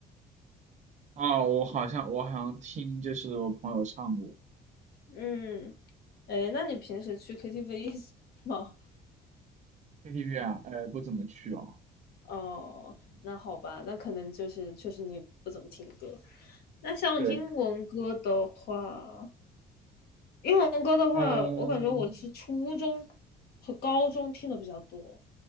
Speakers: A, on the right; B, on the left.
A: 啊，我好像我好像听就是我朋友唱过，
B: 嗯，哎，那你平时去 KTV <laughs> 吗？
A: KTV 啊，呃，不怎么去哦。
B: 哦，那好吧，那可能就是确实你不怎么听歌。那像英文歌的话，
A: 对，
B: 英文歌的话，
A: 嗯、
B: 我感觉我是初中和高中听的比较多。